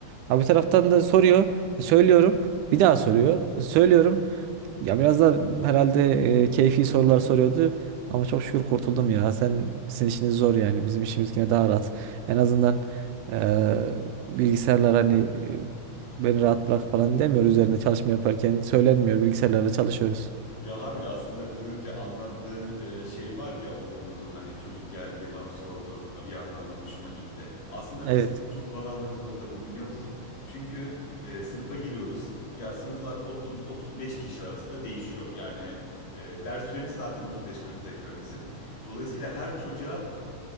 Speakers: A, on the right (about 85°); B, on the left (about 80°).
A: Ha bir taraftan da soruyor. E, Söylüyorum. Bir daha soruyor. Söylüyorum. Ya biraz da herhalde e, keyfi sorular soruyordu. Ama çok şükür kurtuldum ya. Sen, sizin işiniz zor yani. Bizim işimiz yine daha rahat. En azından e, bilgisayarlar hani beni rahat bırak falan demiyor üzerine çalışma yaparken söylenmiyor bilgisayarlarla çalışıyoruz.
B: Yaha bile aslında biraz önce anlattığın e, şey var ya o kurduğun hani çocuk geldi bana sordu bir yandan da hoşuma gitti. Aslında
A: Evet.
B: bizim en çok zorlandığımız nokta bu biliyor musun? Çünkü e, sınıfa giriyoruz ya sınıflar 30-35 kişi arasında değişiyor. Yani e, ders süremiz zaten 35-40 dakika bizim. Dolayısıyla her çocuğa